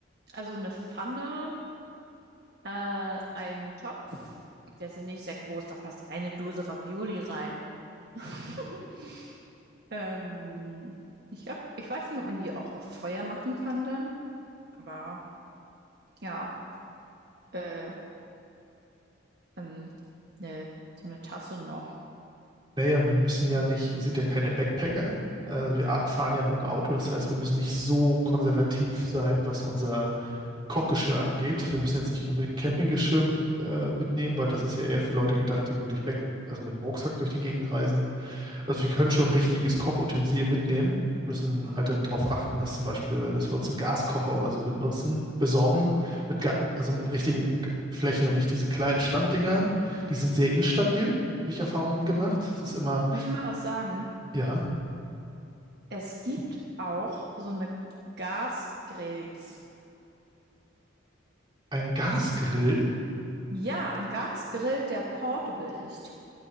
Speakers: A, on the right; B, on the right.
A: also eine Pfanne, äh, einen Topf. Der ist ja nicht sehr groß, da passt eine Dose Ravioli rein. <laughs> Ähm, ich hab, ich weiß nicht, ob man die auch auf Feuer machen kann dann, aber ja, äh, ähm, ne, so eine Tasse noch.
B: Naja, wir müssen ja nicht, wir sind ja keine Backpacker. Also wir a- fahren ja mit einem Auto, das heißt, wir müssen nicht so konservativ sein, was unser Kochgeschirr angeht. Wir müssen jetzt nicht unbedingt Campinggeschirr äh, mitnehmen, weil das ist ja eher für Leute gedacht, die wirklich back, also mit dem Rucksack durch die Gegend reisen. Also wir können schon richtiges Kochutensil mitnehmen, müssen halt dann darauf achten, dass zum Beispiel, dass wir uns einen Gaskocher oder so benutzen, besorgen, mit Ga also mit richtigen G- Flächen und nicht diese kleinen Standdinger. Die sind sehr instabil, habe ich Erfahrung mitgemacht. Es ist immer,
A: Soll ich dir mal was sagen?
B: ja,
A: Es gibt auch so eine Gasgrills.
B: ein Gasgrill.
A: Ja, ein Gasgrill, der portable ist.